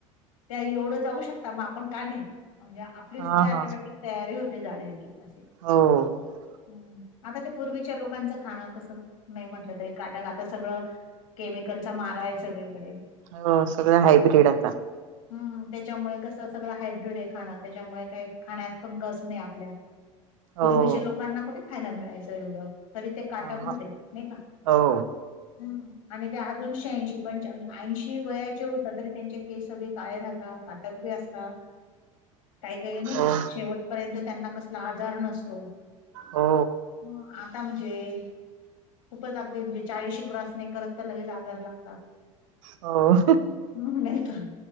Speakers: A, on the left; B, on the right.
A: त्या एवढं जाऊ शक... मग आपण का नाही म्हणजे आपली
B: हा
A: सुद्धा ॲटोमॅटिक
B: हा
A: तयारी होते जाण्याची असय...
B: हो.... हो
A: हम्म आता ते पूर्वीच्या लोकांचं खाणं कसं नाही म्हटलं तरी काटक आता सगळं... केमिकलचा माराय सगळीकडे...
B: हो सगळं हायब्रेड आता......
A: हम्म त्याच्यामुळे कस सगळं हायब्रीड आहे खाणं त्याच्यामुळे काय खाण्यात पण कस नाही आपल्या..... पूर्वीच्या
B: हो
A: लोकांना कुठ खायला मिळायचं एवढं तरी ते काटक
B: हा
A: होते नाही का?...
B: हो
A: ह आणि ते अजून शेह्यांऐंशी पंच ऐंशी वयाचे होतं तरी त्यांच्या... के सगळे राहतात काटक बी असता.... काही काही नाही
B: हो
A: का शेवटपर्यंत त्यांना कसला आजार नसतो.....
B: हो
A: ह आता म्हणजे?.. खूपच अगदी म्हणजे चाळीसशी क्रॉस नाही करत तर लगेच आजार लागता....
B: हं <unintelligible>
A: हम्म नाही तर